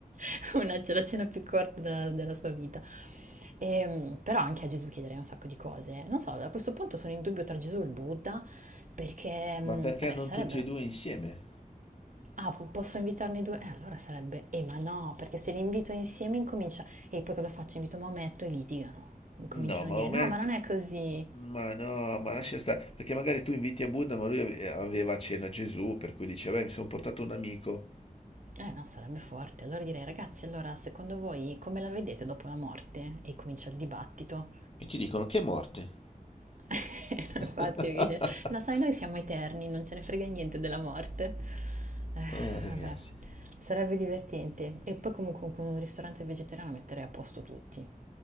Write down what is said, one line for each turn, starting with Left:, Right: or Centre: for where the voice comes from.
Right: <laughs> Una, la cena più corta della, della sua vita. Ehm, però anche a Gesù chiederei un sacco di cose. Non so, a questo punto sono in dubbio tra Gesù e il Buddha, perché, mm,
Left: Ma perché
Right: vabbè,
Left: non
Right: sarebbero...
Left: tutti e due insieme?
Right: Ah, po- posso invitarne due? Eh, allora sarebbe... Eh, ma no, perché se li invito insieme incomincia... E poi cosa faccio? Invito Maometto e litigano. Cominciano
Left: No, ma
Right: a dire,
Left: ometto...
Right: no, ma non è così.
Left: Ma no, ma lascia stare. Perché magari tu inviti a Buddha, ma lui ave- aveva a cena Gesù, per cui dice, beh, mi sono portato un amico.
Right: Eh no, sarebbe forte. Allora direi, ragazzi, allora secondo voi come la vedete dopo la morte? E comincia il dibattito.
Left: E ti dicono, che morte.
Right: <laughs> Infatti,
Left: <laughs>
Right: perché dice, no, sai, noi siamo eterni, non ce ne frega niente della morte. Eh,
Left: Oh, ragazzi.
Right: vabbè, sarebbe divertente. E poi comunque con un ristorante vegetariano metterei a posto tutti.